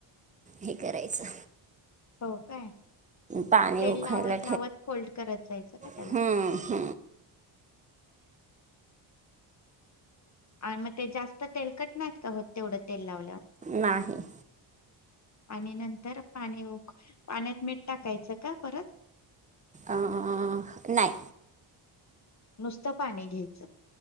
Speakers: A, on the right (about 15°); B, on the left (about 35°).
A: हे करायचं
B: हो काय
A: पाणी
B: तेल
A: उखायला
B: लावत लावत फोल्ड करत जायचं का त्याला
A: ठेवाय
B: आणि मग ते जास्त तेल कट नाहीत का हो तेवढं तेल लावल्यावर
A: नाही
B: आणि नंतर पाणी पाण्यात मीठ टाकायचं का परत
A: अ नाही
B: नुसतं पाणी घ्यायचं